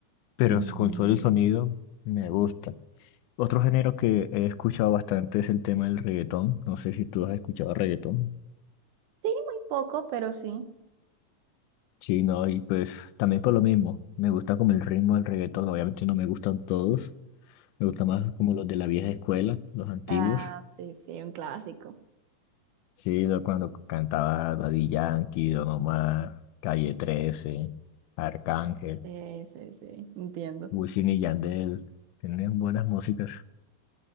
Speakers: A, on the left (about 80°); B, on the right (about 75°).
A: pero
B: Ujú.
A: s- con solo el sonido me gusta. Otro género que he escuchado bastante es el tema del reggaetón. No sé si tú has escuchado reggaetón.
B: Sí, muy poco, pero sí.
A: Sí, no, y pues también por lo mismo, me gusta como el ritmo del reggaetón, obviamente no me gustan todos, me gusta más como los de la vieja escuela, los antiguos,
B: Ah, sí, sí, un clásico.
A: sí, lo- cuando cantaba Daddy Yankee, Don Omar, Calle 13, Arcángel,
B: Sí, sí, sí, entiendo.
A: Wisin y Yandel, tienen buenas músicas,